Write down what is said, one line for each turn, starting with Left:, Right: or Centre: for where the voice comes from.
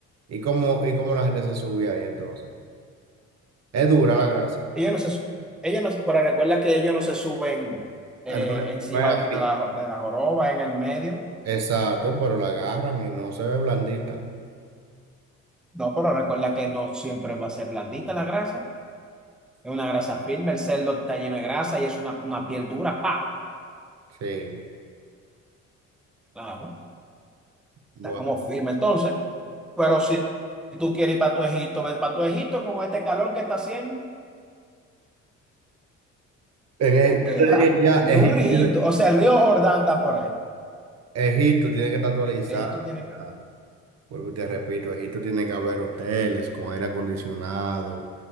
Right: ¿y cómo, y cómo la gente se subía ahí entonces? Es dura la grasa.
Centre: Ellos no se, su- ellos no, pero recuerda que ellos no se suben eh,
Right: Eh, No, es-
Centre: encima
Right: no es así.
Centre: de la, de la joroba, en el medio.
Right: Exacto, pero la agarran y no se ve blandita.
Centre: No, pero recuerda que no siempre va a ser blandita la grasa. Es una grasa firme, el cerdo está lleno de grasa y es una, una piel dura, pa,
Right: Sí,
Centre: claro,
Right: bueno.
Centre: está como firme. Entonces, pero si tú quieres ir para tu Egipto, ves para tu Egipto con este calor que está haciendo,
Right: En el-
Centre: porque
Right: yo te
Centre: ja,
Right: dije ya,
Centre: ni
Right: Egipto,
Centre: un río,
Right: tiene-
Centre: o sea, el río Jordán está por ahí.
Right: Egipto tiene que estar actualizado
Centre: Egipto tiene que,
Right: ya. Vuelvo y te repito, Egipto tiene que haber hoteles con aire acondicionado,